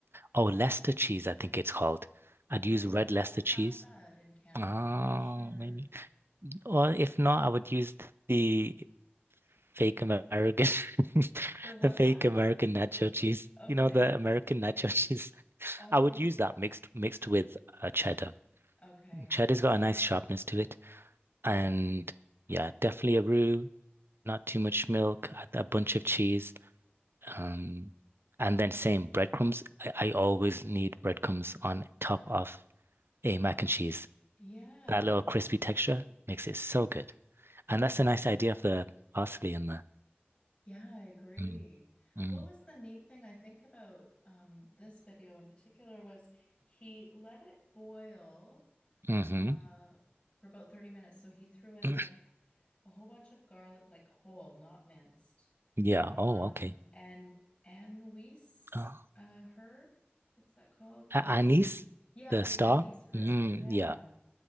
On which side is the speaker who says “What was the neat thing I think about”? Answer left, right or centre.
Left